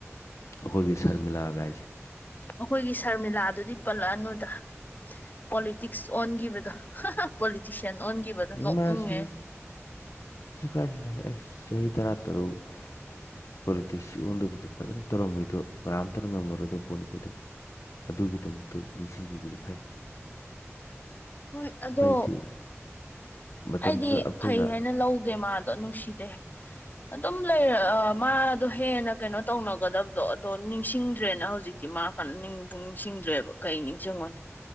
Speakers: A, on the left; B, on the left.
A: ꯑꯈꯣꯏꯒꯤ ꯁꯔꯃꯤꯂꯥꯒꯥꯏꯁ‌ꯦ꯫
B: ꯑꯈꯣꯏꯒꯤ ꯁꯔꯃꯤꯂꯥꯗꯨꯗꯤ꯫ ꯄꯥꯜꯂꯥꯛꯅꯨꯗ ꯄꯣꯂꯤꯇꯤꯛꯁ ꯑꯣꯟꯒꯤꯕꯗꯣ꯫ ꯄꯣꯂꯤꯇꯤꯁꯤꯌꯥꯟ ꯑꯣꯟꯒꯤꯕꯗꯣ ꯅꯣꯛꯅꯤꯡꯉꯦ꯫
A: ꯃꯥꯁꯨ ꯑꯩꯁ ꯆꯍꯤ ꯇꯔꯥ ꯇꯔꯨꯨꯛ꯫ ꯄꯣꯂꯤꯇꯤꯛꯁ ꯑꫭꯟꯗꯕꯤꯗ ꯐꯖꯅ ꯇꯧꯔꯝꯃꯤꯗꯣ ꯀꯅꯥꯝꯇꯅ ꯉꯝꯃꯔꫭꯏꯗ ꯄꯣꯠꯅꯤ ꯀꯩꯗꯧꯑꯦ꯫ ꯑꯗꯨꯒꯤꯗꯃꯛꯇ ꯅꯤꯡꯁꯤꯡꯕꯤꯕꯗꯤ ꯐꯩ꯫
B: ꯍꯣꯏ ꯑꯗꯣ
A: ꯍꯥꯏꯗꯤ ꯃꯇꯝꯗꯨꯗ
B: ꯑꯩꯗꯤ
A: ꯑꯩꯈꯣꯏꯅ
B: ꯐꯩ ꯍꯥꯏꯅ ꯂꯧꯗꯦ ꯃꯥꯗꯣ ꯅꯨꯡꯁꯤ꯫ ꯗꯦ꯫ ꯑꯗꯨꯝ ꯂꯩꯔ ꯃꯥꯗꯣ ꯍꯦꯟꯅ ꯀꯩꯅꯣ ꯇꯧꯅꯒꯗꯕꯗꯣ ꯑꯗꯣ ꯅꯤꯡꯁꯤꯡꯗ꯭ꯔꯦꯅ ꯍꯧꯖꯤꯛ꯫ ꯗꯤ ꯃꯥ ꯀꯟꯅ ꯅꯤꯡꯕꯨ ꯅꯤꯡꯁꯤꯡꯗ꯭ꯔꯦꯕ ꯀꯩ ꯅꯤꯡꯁꯤꯡꯉꯣꯅꯤ